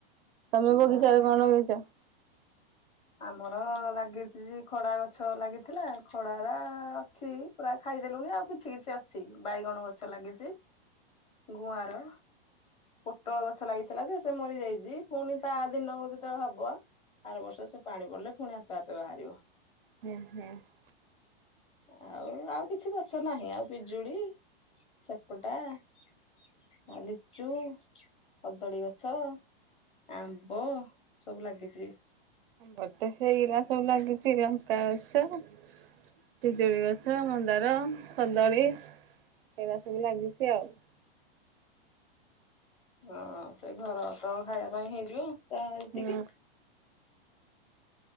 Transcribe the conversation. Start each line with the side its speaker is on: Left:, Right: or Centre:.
Right: ତମେ ବଗିଚରେ
Left: ନା
Right: କଣ ନଗେଇଛ ।
Left: ଆମର ଲାଗିଛି ଖଡା ଗଛ ଲାଗିଥିଲା ଖଡାଗରା ଅଛି ପୁରା ଖାଇଦେଲୁଣି ଆଉ କିଛି କିଛି ଅଛି ବାଇଗଣ ଗଛ ଲାଗିଛି ଗୁଆଁର । ପୋଟଳ ଗଛ ଲାଗିଥିଲା ଯେ ସେ ମରିଯାଇଛି ପୁଣି ତା ଦିନ ଯେତେବେଳେ ହବ ଆର ବର୍ଷ ସେ ପାଣି ପଡିଲେ ପୁଣି ଆପେ ଆପେ ବାହାରିବ ।
Right: ହେଁ ହେଁ ।
Left: ଆଉ ଆଉ କିଛି ଗଛ ନାହିଁ ଆଉ ପିଜୁଳି ସେପଟା ଆ ଲିଚ ଚୁ କଦଳୀ ଗଛ ଆମ୍ବ ସବୁ ଲାଗିଚି ।
Right: ଆମର ତ ହେଇଗୁରା ସବୁ ଲାଗିଛି । ପାଏ ସା ପଜୁଳି ଗଛ । ଛ ମନ୍ଦାର । କଦଳୀ ଏଇଗୁରା ସବୁ ଲାଗିଛି ଆଉ ।
Left: ହଁ ସେଇ ଘର ତ ଖାଇବା ପାଇଁ ହେଇଯିବ । ତା ଏତିକି
Right: ହୁଁ।
Left: ।